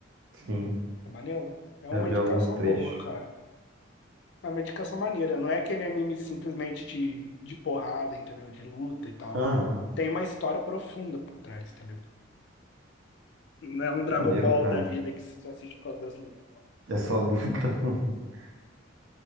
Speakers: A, on the right; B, on the left.
A: Sim,
B: É maneiro. É uma
A: já vi
B: indicação
A: alguns trechos.
B: boa, cara. É uma indicação maneira. Não é aquele anime simplesmente de, de porrada, entendeu? De luta e tal.
A: Aham,
B: Tem uma história profunda por trás, entendeu? Não é um Dragon
A: maneiro,
B: Ball
A: cara.
B: da vida que você só assiste por causa das lutas.
A: É só luta. <laughs>